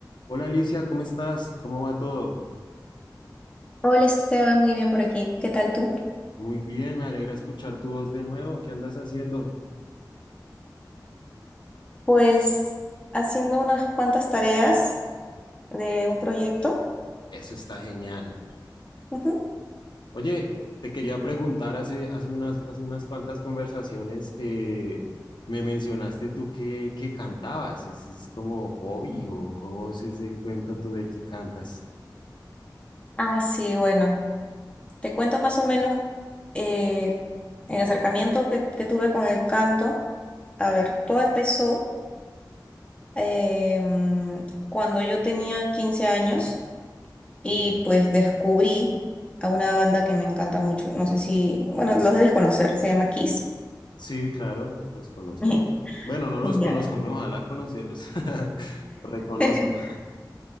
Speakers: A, on the left; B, on the left.
A: Hola Alicia, ¿cómo estás? ¿Cómo va todo?
B: Hola Esteban, muy bien por aquí. ¿Qué tal tú?
A: Muy bien, me alegra escuchar tu voz de nuevo. ¿Qué andas haciendo?
B: Pues haciendo unas cuantas tareas de un proyecto.
A: Eso está genial.
B: Ujú.
A: Oye, te quería preguntar, hace, hace unas, hace unas cuantas conversaciones, eh, me mencionaste tú que, que cantabas. ¿Ese es como hobby o cómo es ese cuento tú de que cantas?
B: Ah, sí, bueno, te cuento más o menos eh, el acercamiento que, que tuve con el canto. A ver, todo empezó eh, mm, cuando yo tenía 15 años y
A: Ok.
B: pues descubrí a una banda que me encanta mucho. No sé si, bueno, los debes conocer, se llama Kiss.
A: Sí, claro, los conozco.
B: <laughs>
A: Bueno, no los conozco,
B: Ya.
A: ¿no? Ojalá conocerlos. <laughs> Los reconozco.
B: <laughs>